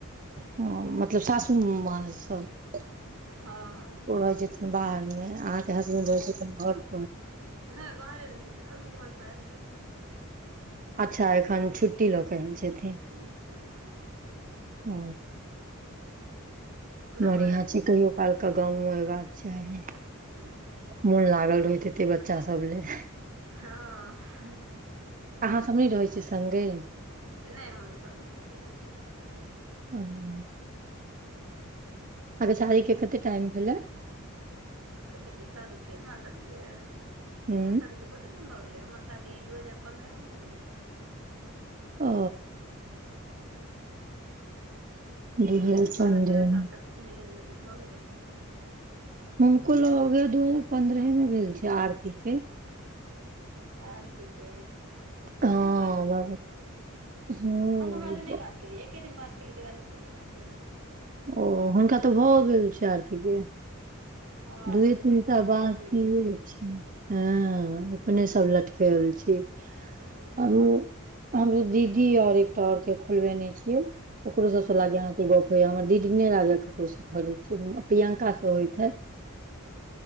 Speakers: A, on the right; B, on the right.
A: हं मतलब सासुर मे माँ अछि सब।
B: हँ।
A: ओ रहै छथिन बाहर मे अहाँ के हसबैंड रहै छथिन घर पर।
B: नै बाहरे रहै छथिन अभी घर पर आयल छथिन।
A: अच्छा एखन छुट्टी लऽ के आयल छथिन।
B: हू हू हू।
A: ओ।
B: ओना
A: बढ़ियां
B: बाहरे रहै
A: छै कहियो काल के गाँवो एबाक चाही।
B: हू हू
A: मोन लागल रहैत हेतेै बच्चा सब ले।
B: हँ।
A: अहाँ सब नै रहै छियै संगे।
B: नै हम संगे नै रहै छियै।
A: हुं। अहाँ के शादी के कते टाइम भेले।
B: कथी के शादी के, हमरा शादी के,
A: हूँ
B: हमरा शादी के बहुते दिन भ गेलै हमर शादी दू हजार पन्द्रहेमे भेल छै।
A: ओ। दू
B: पन्द्रह
A: हजार
B: बारह
A: पन्द्रह
B: तेरह साल तक नैहो नेैहो त भऽ गेल हेतै।
A: हुनको लगैये दू हजार पन्द्रहे में भेल छैन आरती के।
B: आरती के?
A: हँ
B: नै मालूम ओकर कहिया भेल छै,
A: हूँ
B: हमरा से नै बात एके दिन बात केलियै तै के बाद नै केलियै बात कहियो नै।
A: ओ हुनका तऽ भऽ गेल छैय आरती के।
B: हँ आब
A: दुए-
B: होते
A: तीनटा
B: सबके
A: बाकिए
B: आब पुरि गेलै
A: छै। हँ, अपने सब लटकल छियै।
B: हूँ।
A: हम- हमरो दीदी आर एकटा और के खोलबेने छियै। ओकरो सब सँ
B: हूँ
A: लागै या आहाँ के गप्प होय या हमर दीदी नै, लागे ककरो सँ करै छी, प्रियंकाँ से होइत हेत।